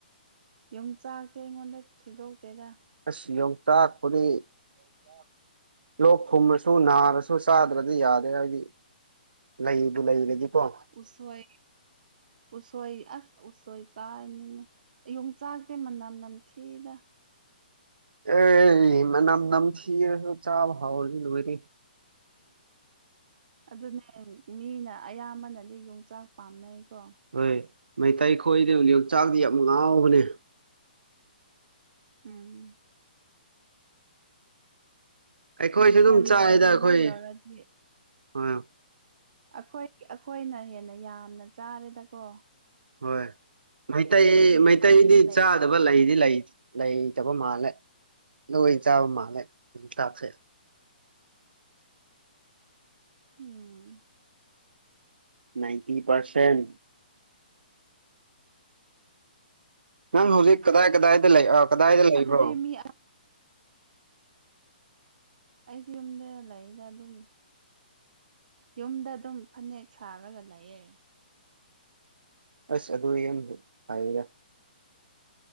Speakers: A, on the right; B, on the right.
A: ꯌꯨꯝ ꯆꯥꯛꯇꯦ ꯑꯩꯉꯣꯟꯗ ꯊꯤꯗꯣꯛꯇꯦꯗ
B: ꯑꯁ ꯌꯣꯡꯆꯥꯛꯄꯗꯤ
A: ꯑꯣꯁꯥ
B: ꯂꯣꯛ ꯊꯨꯝꯃꯁꯨ ꯅꯥꯔꯁꯨ ꯆꯥꯗ꯭ꯔꯗꯤ ꯌꯥꯗꯦ ꯍꯥꯏꯗꯤ ꯂꯩꯕꯨ ꯂꯩꯔꯗꯤꯀꯣ
A: ꯎꯁꯣꯏ ꯎꯁꯣꯣꯏ ꯑꯁ ꯎꯁꯣꯏ ꯆꯥ ꯏꯅꯤꯉ ꯌꯣꯡꯆꯥꯛꯇꯦ ꯃꯅꯝ ꯅꯝꯊꯤꯗ
B: ꯑꯦ ꯃꯅꯝ ꯅꯝꯊꯤꯔꯁꯨ ꯆꯥꯕ ꯍꯥꯎꯅꯤ ꯂꯣꯏꯔ
A: ꯑꯗꯨꯅꯦ ꯃꯤꯅ ꯑꯌꯥꯝꯕꯅꯗꯤ ꯌꯣꯡꯆꯥꯛ ꯄꯥꯝꯅꯩꯀꯣ
B: ꯍꯣꯏ ꯃꯩꯇꯩ ꯈꯣꯏꯗꯕ ꯌꯣꯡꯆꯥꯛꯗꯤ ꯌꯥꯝ ꯉꯥꯎꯕꯅꯦ
A: ꯎꯝ
B: ꯑꯩꯈꯣꯏꯁꯨ
A: ꯗꯤꯁꯦꯝꯕꯔꯒꯨꯝꯕ
B: ꯑꯗꯨꯝ ꯆꯥꯏꯔꯤꯗ ꯑꯩꯈꯣꯏ ꯍꯣꯏ
A: ꯌꯧꯔꯗꯤ ꯑꯩꯈꯣꯏ ꯑꯩꯈꯣꯏꯅ ꯍꯦꯟꯅ ꯌꯥꯝꯅ ꯆꯥꯔꯦꯗꯀꯣ
B: ꯍꯣꯏ ꯃꯩꯇꯩ
A: ꯑꯩꯈꯣꯏꯗꯤ
B: ꯃꯩꯇꯩꯗꯤ
A: ꯄꯥꯝꯕꯤ ꯂꯩ
B: ꯆꯥꯗꯕ ꯂꯩꯗꯤ ꯂꯩ ꯂꯩꯇꯕ ꯃꯥꯜꯂꯦ ꯂꯣꯏ ꯆꯥꯕ ꯃꯥꯜꯂꯦ ꯑꯗꯨꯝ ꯇꯥꯛꯁꯩ
A: ꯎꯝ
B: ꯅꯥꯏꯟꯇꯤ ꯄꯔꯁꯦꯟ ꯅꯪ
A: ꯎꯝ
B: ꯍꯧꯖꯤꯛ ꯀꯗꯥꯏ ꯀꯗꯥꯏꯗ ꯂꯩ ꯑ ꯀꯗꯥꯏꯗ ꯂꯩꯕ꯭ꯔꯣ
A: ꯑꯗꯨꯗꯤ ꯃꯤ ꯑꯩꯗꯤ ꯌꯨꯝꯗ ꯂꯩꯗ ꯑꯗꯨꯝ ꯌꯨꯝꯗ ꯑꯗꯨꯝ ꯐꯅꯦꯛ ꯁꯥꯔꯒ ꯂꯩꯌꯦ
B: ꯑꯁ ꯑꯗꯨ ꯌꯥꯝ ꯍꯥꯏꯌꯦꯒ